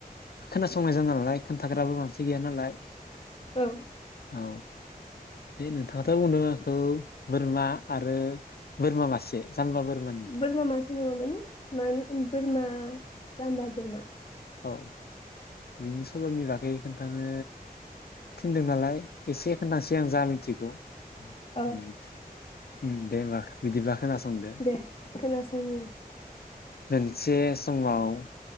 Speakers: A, on the left; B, on the left.
A: खोनासंनाय जाना नालाय खोन्थाग्राबो मानसि गैया नालाय
B: औ
A: औ दे नोंथाङाथ बुंदों आंखौ बोरमा बो बोरमा मासे जाम्बा बोरमानि
B: बोरमा मासो नङा माने मानो बोरमा जाम्बा बोरमा
A: औ बिनि सलनि बागै खोन्थानो थिनदों नालाय एसे खोनथासै आं जा मिथिगौ
B: औ
A: उम उम दे होनबा बिदिब्ला खोनासंदो
B: दे खोनासंनि
A: मोनसे समाव